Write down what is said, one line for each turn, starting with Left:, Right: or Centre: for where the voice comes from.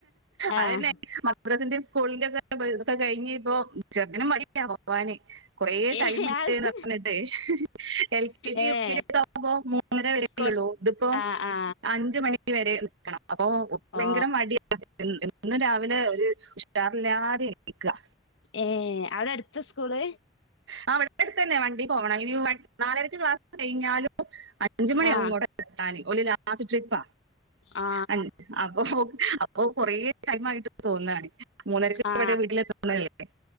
Left: ആഹ്
Right: അതന്നെ മദ്രാസിന്റെ സ്കൂളിലൊക്കെക്കെ കഴിഞ്ഞ ഇപ്പ ചെറും മടിക്ക പോവാന് കൊറെ
Left: ഏഹ്
Right: ടൈം ഇട്ടേന്ന്
Left: അത്
Right: പറഞ്ഞിട്ടേ L K G
Left: ഏ
Right: U K ജി ആകുമ്പോ മൂന്നര വരല്ലള്ളൂ
Left: കൊറ
Right: ഇതിപ്പോ
Left: ആ ആ
Right: അഞ്ചുമണി വരെ അപ്പൊ
Left: ഓ
Right: ഭയങ്കര മടിയന്ന് ഇന്ന് രാവിലെ ഒരു ചറല്ലാതിരിക്കുക
Left: ഏ അവിടെ അടുത്ത സ്കൂള്
Right: ആ അവിടെ അടുത്ത്ന്നെ വണ്ടി പോവണം ഇനി നാലരക്ക് ക്ലാസ് കഴിഞ്ഞാലു അഞ്ച് മണിയാവും
Left: ആ
Right: കോടെ എത്താന ഒ ലാസ്റ്റ് ട്രിപ്പാ
Left: ആ
Right: അഞ്ച് അപ്പൊ അപ്പ കൊറേ ടൈമായിട്ട് തോന്നുകാണ് മൂന്നരക്ക്
Left: ആ
Right: എവിടെ വീട്ടിലെത്തണല്ലേ